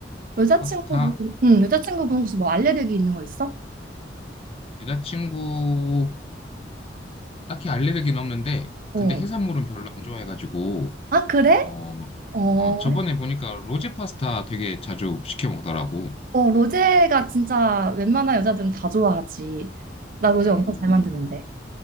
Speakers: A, on the right; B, on the left.
A: 여자친구분,
B: 파스타.
A: 응, 여자친구분 혹시 뭐 알레르기 있는 거 있어?
B: 여자친구 딱히 알레르기는 없는데
A: 어.
B: 근데 해산물은 별로 안 좋아해가지고
A: 아, 그래?
B: 어,
A: 어,
B: 어 저번에 보니까 로제 파스타 되게 자주 시켜 먹더라고.
A: 어, 로제가 진짜 웬만한 여자들은 다 좋아하지. 나 로제
B: 음.
A: 엄청 잘 만드는데.